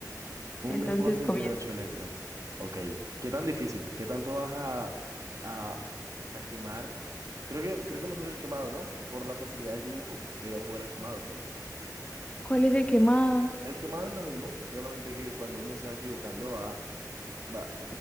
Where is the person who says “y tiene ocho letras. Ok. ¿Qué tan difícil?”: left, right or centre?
Right